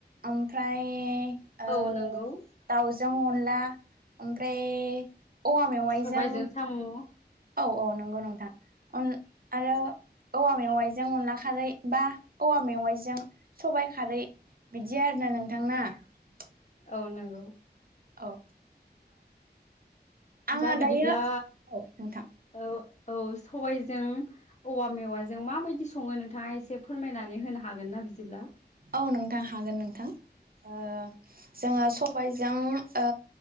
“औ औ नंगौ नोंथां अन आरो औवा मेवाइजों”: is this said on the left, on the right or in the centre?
Right